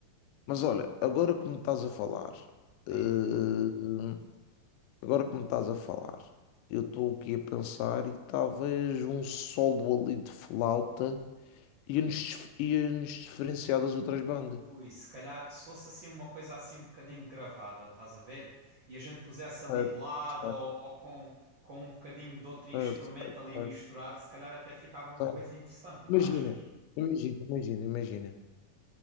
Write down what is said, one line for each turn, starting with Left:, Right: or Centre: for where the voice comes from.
Left: mas olha, agora que me estás a falar,
Right: Sim.
Left: eh, Agora que me estás a falar, eu estou aqui a pensar e talvez um solo ali de flauta ia-nos dif- ia-nos diferenciar das outras bandas.
Right: Ui, se calhar, se fosse assim uma coisa assim um bocadinho gravada, estás a ver? E a gente pusesse ali
Left: Certo,
Right: de lado
Left: certo,
Right: ou, ou com, com um bocadinho de outro instrumento
Left: certo, certo,
Right: ali
Left: certo,
Right: misturado, se calhar até ficava uma
Left: certo.
Right: coisa interessante, não
Left: Imagina,
Right: achas?
Left: imagina, imagina, imagina.